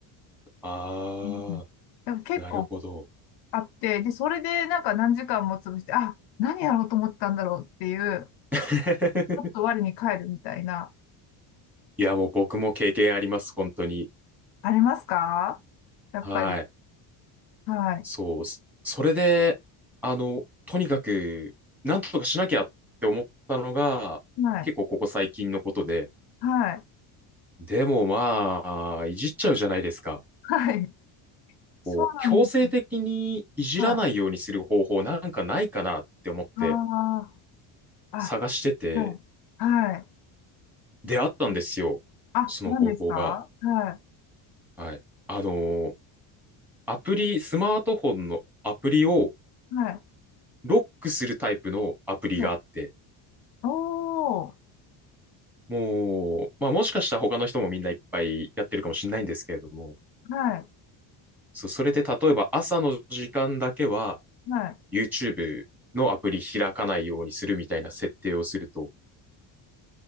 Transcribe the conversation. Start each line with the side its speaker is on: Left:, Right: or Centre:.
Centre: ああ、
Left: うんなんか結構
Centre: なるほど。
Left: あって、で、それでなんか何時間も潰して、あ、何やろうと思ったんだろうっていう、ち
Centre: <laughs>
Left: ょっと我に返るみたいな、
Centre: いや、もう僕も経験あります、本当に。
Left: ありますかやっぱり。
Centre: はい。
Left: はい。
Centre: そう。そそれで、あの、とにかく、なんとかしなきゃって思ったのが、
Left: はい。
Centre: 結構ここ最近のことで。
Left: はい。
Centre: でもまあ、いじっちゃうじゃないですか。
Left: はい。そうなんです。
Centre: こう、強制的にいじらないようにする方法なんかないかなって思って
Left: はい。ああ。
Centre: 探してて、
Left: あ、はい。はい
Centre: 出会ったんですよ。
Left: あ、
Centre: その方法が。
Left: 何ですかは
Centre: はい。あのーアプリ、スマートフォンのアプリを
Left: い、はい、
Centre: ロックするタイプのアプリがあって、
Left: はい。おー、
Centre: もう、まあもしかしたら他の人もみんないっぱいやってるかもしれないんですけれども、
Left: はい、
Centre: そう、それで例えば朝の時間だけは
Left: はい、
Centre: YouTube のアプリ開かないようにするみたいな設定をすると、